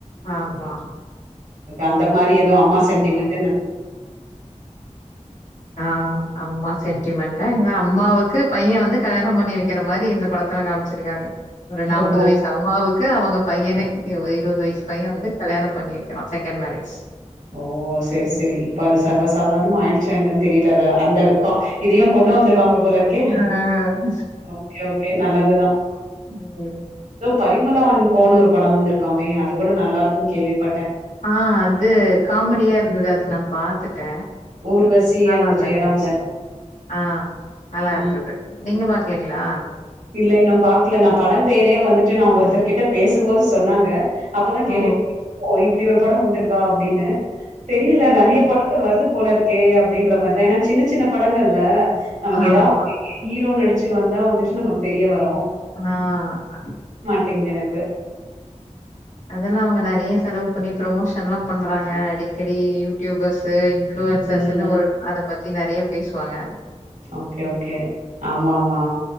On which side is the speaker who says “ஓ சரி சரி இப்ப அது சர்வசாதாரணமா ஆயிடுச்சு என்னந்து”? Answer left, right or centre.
Right